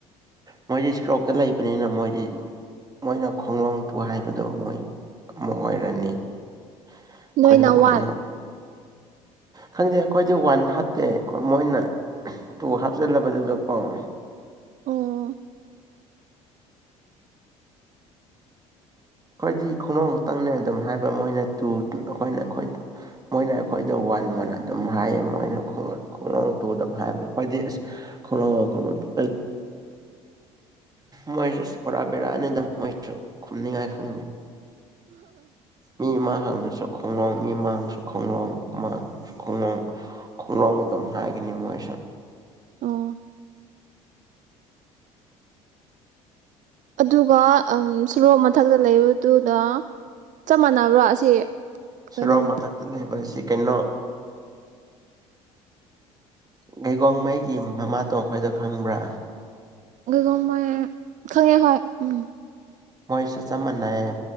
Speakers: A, on the right; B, on the right.
A: ꯃꯣꯏꯗꯤ ꯁꯣꯔꯣꯛꯇ ꯂꯩꯕꯅꯤꯅ ꯃꯣꯏꯗꯤ ꯃꯣꯏꯅ ꯈꯣꯡꯡꯂꯣꯡ ꯇꯨ ꯍꯥꯏꯕꯗꯣ ꯃꯣꯏ ꯑꯃ ꯑꯣꯏꯔꯅꯤ ꯑꯩꯈꯣꯏꯅ
B: ꯅꯣꯏꯅ
A: ꯈꯣꯡꯅꯣ
B: ꯋꯥꯟ
A: ꯈꯪꯗꯦ ꯑꯩꯈꯣꯏꯗꯤ ꯋꯥꯟ ꯍꯥꯞꯇꯦ ꯃꯣꯏꯅ ꯇꯨ ꯍꯥꯞꯆꯤꯜꯂꯕꯗꯨꯗ ꯄꯥꯎꯦ
B: ꯑꯣ
A: ꯈꯣꯏꯏꯗꯤ ꯈꯣꯡꯅꯨꯡꯪ ꯈꯛꯇꯪꯅꯦ ꯑꯗꯨꯝ ꯍꯥꯏ ꯃꯣꯏꯅ ꯇ ꯑꯩꯈꯣꯏꯅ ꯃꯣꯏꯅ ꯑꯩꯈꯣꯏꯗ ꯋꯥꯟ ꯋꯥꯟ ꯑꯗꯨꯝ ꯍꯥꯏꯌꯦ ꯃꯣꯏꯅ ꯈꯣꯡꯂꯪ ꯇꯨ ꯑꯗꯨ ꯍꯥꯏꯕꯗ ꯑꯩꯈꯣꯏꯗꯤ ꯑꯁ ꯈꯣꯡ ꯈꯣꯡꯂ ꯇꯨ ꯃꯣꯏꯁꯨ ꯑꯁ ꯕꯔꯥ ꯕꯦꯔꯥꯅꯤꯗ ꯃꯣꯏꯁꯨ ꯈꯨꯝꯅꯤꯡꯉꯥꯏ ꯎ ꯃꯤꯃꯥ ꯍꯉ ꯁ ꯈꯣꯡꯂꯣꯡ ꯃꯤꯃꯥꯡꯁꯨ ꯈꯣꯡꯂꯣꯡꯃꯥꯡ ꯈꯣꯡꯂ ꯈꯣꯡꯂꯣꯡ ꯑꯗꯨꯝ ꯍꯥꯏꯒꯅꯤ ꯃꯣꯏꯁꯨ
B: ꯑꯣ ꯑꯗꯨꯒ ꯁꯣꯔꯣꯛ ꯃꯊꯛꯇ ꯂꯩꯕꯗꯨꯗ ꯆꯞ ꯃꯥꯟꯅꯕ꯭ꯔꯣ ꯑꯁꯤ ꯀꯩꯅꯣꯝ
A: ꯁꯦꯔꯧ ꯃꯊꯛꯇ ꯂꯩꯕ ꯑꯁꯤ ꯀꯩꯅꯣ ꯎ ꯍꯩꯒꯣꯉꯩꯒꯤ ꯃꯃꯥꯇꯣ ꯑꯩꯈꯣꯏꯗ ꯈꯪꯕ꯭ꯔꯥ
B: ꯒ ꯃꯣꯏ ꯈꯉꯦ ꯍ ꯎꯝ
A: ꯃꯣꯏꯁꯨ ꯆꯞ ꯃꯥꯟꯅꯩꯌꯦ